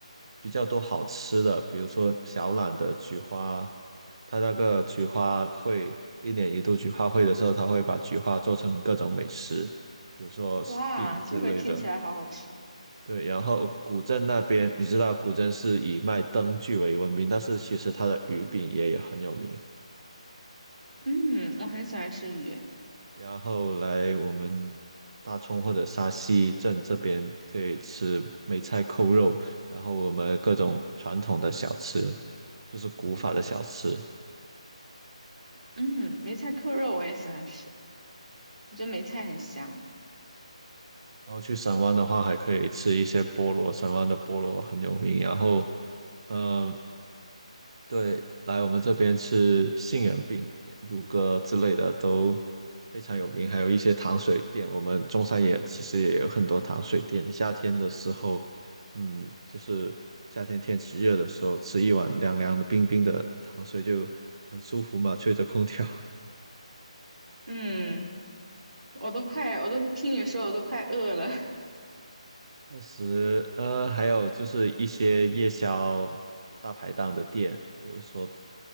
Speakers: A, on the right; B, on the right.
A: 比较多好吃的，比如说小榄的菊花，它那个菊花会一年一度菊花会的时候，它会把菊花做成各种美食，比如说饼之类的。
B: 哇，这个听起来好好吃。
A: 对，然后古镇那边，你知道古镇是以卖灯具为闻名，但是其实它的鱼饼也很有名。
B: 嗯，我很喜欢吃鱼。
A: 然后来我们大冲或者沙溪镇这边可以吃梅菜扣肉，然后我们各种传统的小吃，就是古法的小吃。
B: 嗯，梅菜扣肉我也喜欢吃，我觉得梅菜很香。
A: 然后去神湾的话，还可以吃一些菠萝，神湾的菠萝很有名。然后，嗯、对，来我们这边吃杏仁饼、乳鸽之类的都非常有名，还有一些糖水店。我们中山也其实也有很多糖水店。夏天的时候，嗯，就是夏天天气热的时候，吃一碗凉凉的、冰冰的糖水就很舒服嘛，吹着空调。
B: 嗯。我都快，我都听你说，我都快饿了。<laughs>
A: 确实，呃，还有就是一些夜宵大排档的店，比如说